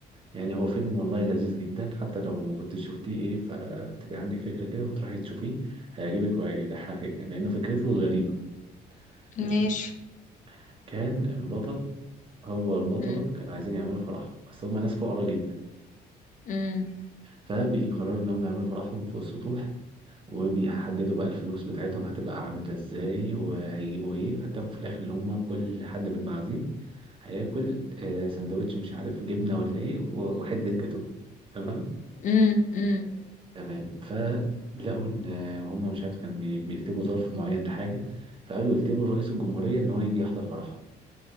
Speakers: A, on the right; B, on the left.
A: يعني هو فيلم والله لذيذ جدا حتى لو ما كنتش شفتيه ايه فتبقى عندك فكرة كده وتروحي تشوفيه هيعجبك وهيضحكك يعني لأنه فكرته غريبة ماشي
B: ماشي
A: بص كان البطل هو البطلة
B: مم.
A: كانوا عايزين يعملوا فرحهم بس هما ناس فقراء جدا
B: مم.
A: فبيقرروا إن هم يعملوا فرحهم فوق السطوح وبيحددوا بقى الفلوس بتاعتهم هتبقى عاملة ازاي وهيجيبوا ايه فاتفقوا في الآخر إن هما كل حد بالمعازيم هياكل آه، سندوتش مش عارف جبنة ولا ايه و- وحتة جاتوه تمام
B: مم. مم.
A: تمام فلقوا ان هم مش عارف كان بي- بيكتبوا ظرف معين لحاجه فقالوا يكتبوا لرئيس الجمهوريه ان هو يجي يحضر فرحه